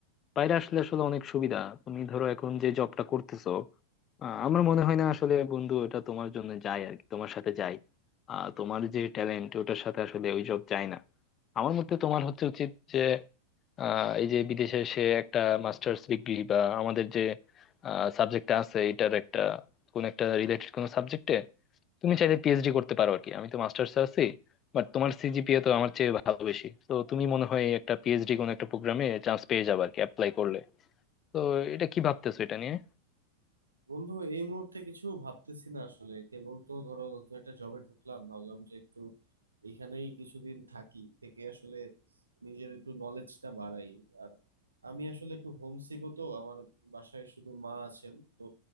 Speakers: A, on the left; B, on the right.
A: বাইরে আসলে আসলে অনেক সুবিধা তুমি ধরো এখন যে জবটা করতেছো আহ, আমার মনে হয় না আসলে বন্ধু এটা তোমার জন্য যায় আর কি তোমার সাথে যায় আহ, তোমার যে ট্যালেন্ট ওটার সাথে আসলে ওই জব যায় না আমার মতে তোমার হচ্ছে উচিত যে আহ এই যে বিদেশে সে একটা মাস্টার্স ডিগ্রি বা আমাদের যে সাবজেক্ট আছে এটার একটা কোন একটা রিলেটেড কোন সাবজেক্টে তুমি চাইলে পিএইচডি করতে পারো আর কি আমি তো মাস্টার্স আছি বাট তোমার সিজিপিএ তো আমার চেয়ে ভালো বেশি তো তুমি মনে হয় একটা পিএইচডি কোন একটা প্রোগ্রামে চান্স পেয়ে যাবে আর কি অ্যাপ্লাই করলে তো এটা কি ভাবতেছো এটা নিয়ে
B: বন্ধু এই মুহূর্তে কিছু ভাবতেছি না আসলে কেবল তো ধরো নতুন একটা জবে ঢুকলাম ভাবলাম যে একটু এখানেই কিছুদিন থাকি থেকে আসলে নিজের একটু নলেজটা বাড়াই আর আমি আসলে একটু হোমসিকও তো আমার বাসায় শুধু মা আছেন তো